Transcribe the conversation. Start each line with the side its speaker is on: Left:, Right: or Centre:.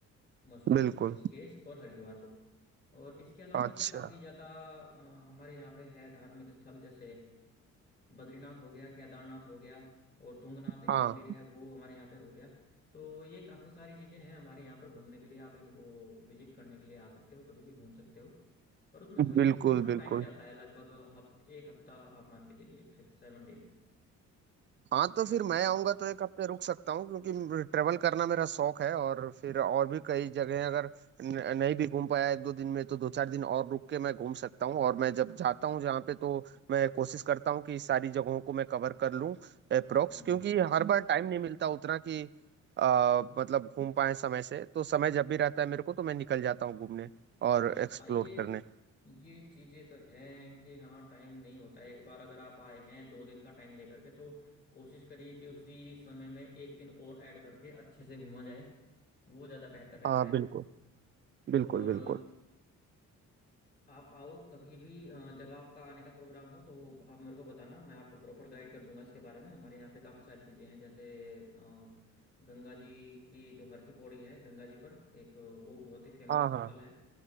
Left: मसूरी
Right: बिल्कुल
Left: ऋषिकेश और हरिद्वार को और इसके अलावा वैसे
Right: अच्छा
Left: काफ़ी ज़्यादा अ, हमारे यहाँ पे है धार्मिक स्थल जैसे बद्रीनाथ हो गया केदारनाथ हो गया और तुंगनाथ एक
Right: हाँ
Left: मंदिर है वो हमारे यहाँ पे हो गया तो ये काफ़ी सारी चीज़ें हैं हमारे यहाँ पर घूमने के लिए आप इनको विजिट करने के लिए आ सकते हो कभी भी घूम सकते हो पर उसमें वही
Right: बिल्कुल
Left: है कि फिर थोड़ा
Right: बिल्कुल
Left: टाइम जाता है लगभग हफ्ते एक हफ्ता आप मान के चलिए फिर सेवन डेज
Right: हाँ तो
Left: अगर
Right: फिर
Left: आपको
Right: मैं
Left: ज-
Right: आऊंगा तो एक हफ्ते रुक सकता हूँ क्योंकि ट्रेवल करना मेरा शौक है और फिर और भी कई जगह अगर न- नहीं भी घूम पाया एक दो दिन में तो दो चार दिन और रुक के मैं घूम सकता हूँ और मैं जब जाता हूँ जहाँ पे तो मैं कोशिश करता हूँ कि सारी जगहों को मैं कवर कर लूँ अप्रोक्स
Left: हम्म
Right: क्योंकि
Left: हम्म
Right: हर बार टाइम नहीं मिलता उतना कि अ, मतलब घूम पाए समय से तो समय जब भी रहता है मेरे को तो मैं निकल जाता हूँ घूमने और एक्सप्लोर
Left: हाँ ये
Right: करने
Left: ये चीजें तो हैं कि हाँ टाइम नहीं होता है एक बार अगर आप आए हैं दो दिन का टाइम लेकर के तो कोशिश करिए कि उसी समय में एक दिन और ऐड करके अच्छे से घूमा जाए वो ज़्यादा बेहतर रहता
Right: हाँ
Left: है
Right: बिल्कुल बिल्कुल
Left: और
Right: बिल्कुल
Left: आप आओ कभी भी अ, जब आपका आने का प्रोग्राम हो तो आप मेरे को बताना मैं आपको प्रॉपर गाइड कर दूंगा इसके बारे में हमारे यहाँ पे काफ़ी सारी चीज़ें हैं जैसे अ, गंगा जी की जो हर की पौड़ी है गंगा जी पर एक वो बहुत ही फेमस
Right: हाँ हाँ
Left: स्थल है